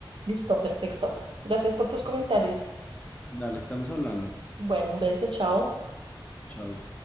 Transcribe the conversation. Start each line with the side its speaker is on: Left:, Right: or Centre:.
Right: Listo, perfecto. Gracias por tus comentarios.
Left: Dale, estamos hablando.
Right: Bueno, un beso, chao.
Left: Chao.